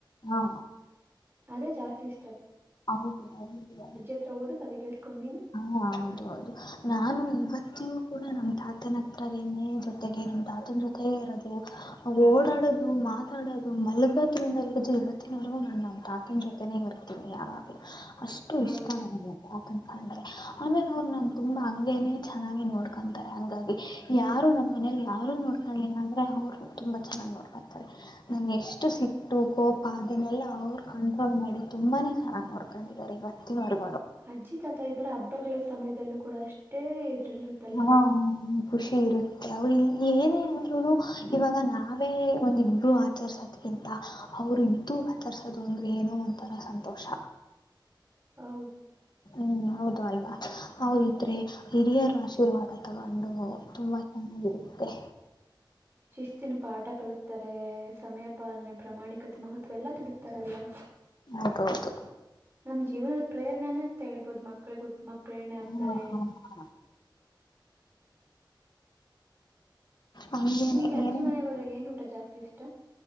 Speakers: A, on the left; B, on the right.
A: ಹಾ
B: ಅದೇ ಜಾಸ್ತಿ ಇಷ್
A: ಹೌದು ಹ
B: ಹತ್ರ ಹೋಗೋದು ಕತೆ ಕೇಳಿಸ್ಕೊಂಡ್ ನೀನು
A: ಹಾ ಹೌದು ಹೌದು ನಾನು ಇವತ್ತಿಯೂ ಕೂಡ ನಮ್ ತಾತನ ಹತ್ರನೆನೇ ಜೊತ್ ತೆಗೆ ನಮ್ ತಾತನ್ ಜೊತೇ ಇರೋದು ಓಡಾಡೋದು ಮಾತಾಡೋದು ಮಲಗೋದ್ರಿಂದ ಹಿಡ್ದು ಇವತ್ತಿನವಲ್ಗೂ ನಾ ನಮ್ ತಾತನ್ ಜೊತೆನೇ ಇರೋದು. ಏ ಅವಾಗೆ ಅಷ್ಟು
B: ಹೌದಾ
A: ಇಷ್ಟ ನನ್ಗೆ ಆಕ್ ಅ ಆಮೇಲ್ ಅವ್ರ್ ನನ್ಗ್ ತುಂಬಾ ಹಂಗೇನೇ ಚೆನ್ನಾಗಿ ನೋಡ್ಕೊಂತಾರೆ ಹಂಗಾಗಿ ಯಾರು ನಮ್ಮ್ ಮನೇಲಿ ಯಾರು ನೋಡ್ಕೊಂಡಲಿಲ್ಲ ಆದ್ರೆ ಅವ್ರು ತುಂಬಾ ಚೆನ್ನಾಗ್ ನೋಡ್ಕೊತಾರೆ ನಂಗೆ ಎಷ್ಟು ಸಿಟ್ಟು ಕೋಪ ಅದನ್ನೆಲ್ಲ ಅವ್ರ್ ಕಂಟ್ರೋಲ್ ಮಾಡಿ ತುಂಬಾನೇ. ಹ ನೋಡ್ಕೊಂಡಿದರೆ ಇವತ್ತಿನ್ ವರ್ಗು.
B: ಅಜ್ಜಿ ತಾತ ಇದ್ರೆ ಹಬ್ಬಗಳೇ ಸ್ ಸಮಯದಲ್ಲೂ ಕೂಡ ಅಷ್ಟೇ ಇದ್ ಡೆಲ್ಲುತಲ್ಲವಾ.
A: ಹಾ ಖುಷಿ ಇರುತ್ತೆ ಅವ್ರ್ ಇಲ್ಲಿ ಏನೇ ಅಂದ್ರು ಇವಾಗ ನಾವೇ ಒಂದ ಇಬ್ರುೂ ಆಚರ್ಸೋದ್ಕ್ಕಿಂತ ಅವ್ರ್ ಇದ್ದು ಆಚರ್ಸೋದು ಅಂದ್ರೆ ಏನೋ ಒಂಥರ ಸಂತೋಷ.
B: ಹೌದ್.
A: ಹ್ಮ್ ಹೌದು ಅಲ್ವಾ ಅವ್ರ್ ಇದ್ರೆ. ಹಿರಿಯರ್ ಆಶೀರ್ವಾದ ತಗೊಂಡು ತುಂಬಾ ಚೆನ್ನಾಗಿರುತ್ ತ್ತೆ.
B: ಶಿಸ್ತಿನ್ ಪಾಠ ಕಳಸ್ತಾರೆ ಸಮಯ ಪಾಲನೆ ಪ್ರಾಮಾಣಿಕತೆ ಮಹತ್ವ ಎಲ್ಲ ತಿಳ್ಸ ತರಲ್ವಾ.
A: ಹೌದೌದು
B: ನಮ್ ಜೀವ್ನದ್ ಪ್ರೇರಣ್ನೇ ಮತ್ತೆ ಹೇಳ್ಬೊದು ಮಕ್ಳೆ ಉತ್ ಪ್ರೇರಣೆ ಆಗ್ತಾರೆ
A: ಹಾ ಹಾ ಹಾ ಹಂಗೇನೆ
B: ನಿಂಗ್ ಅಜ್ಜಿ
A: ಏನೇ
B: ಮನೆಗೆ ಹೋದಾಗ ಏನ್ ಊಟ ಟ ಜಾಸ್ತಿ ಇಷ್ಟ.